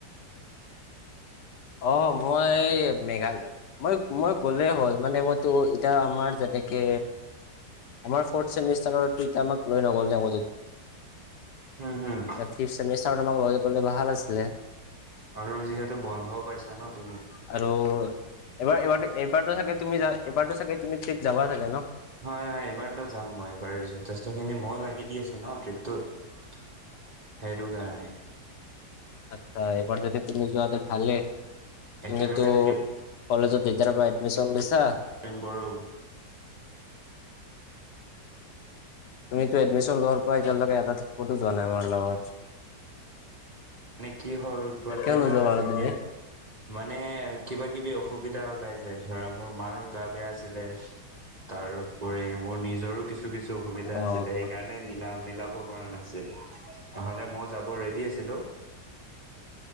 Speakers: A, on the left; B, on the right.
A: অ' মই মেঘালয়, মই, মই গ'লেই হ'ল। মানে, মইতো এতিয়া আমাৰ যেনেকে, আমাৰ ফৰ্থ চেমিষ্টাৰৰ, কিন্তু আমাক লৈ নগ'ল দে <unintelligible>
B: হম, হম
A: এয়া ফিফ্থ চেমিষ্ট সিহঁতৰ লগত লৈ গ'লে ভাল আছিলে।
B: আৰু যিহেতু বন ঘৰ পাইছা ন তুমি
A: আৰু এবাৰ এইবাৰ এইবাৰো চাগে তুমি যা এইবাৰো চাগে তুমি তত যাবা চাগে ন
B: হয় হয় এইবাৰতো যাম মই এইবাৰ যথেষ্টখিনি ময়ো লাগি দি আছো ন ট্ৰিপটোত সেইটো কাৰণে
A: আচ্ছা এইবাৰ যতিতে তুমি যোৱা খালে
B: একেলগে
A: তুমিতো
B: থাকিব
A: কলেজত যেতিাৰ পৰা এডমিশন লৈছা
B: পাৰিম বাৰু
A: তুমিটো এডমিনছন লগেটাত ক'তো যোৱা নাই আমাৰ লগত <inaudible>
B: মানে কি হ'ল প্ৰতেটা
A: কিয় নোযোৱা বাৰু
B: যেতিয়া
A: তুমি
B: মানে কিবা কিবি অখু অসুবিধা ওলাই যায় ধৰা মোৰ মাৰো গা বেয়া আছিলে তাৰ ওপৰি মোৰ নিজৰো কিছু কি কিছু অসুবিধা
A: অ
B: আছিলে সেইকাৰণে মি মিলা মিলাব পৰা নাছিলো, নহ'লে মইও যাব ৰেডি আছিলো। <inaudible>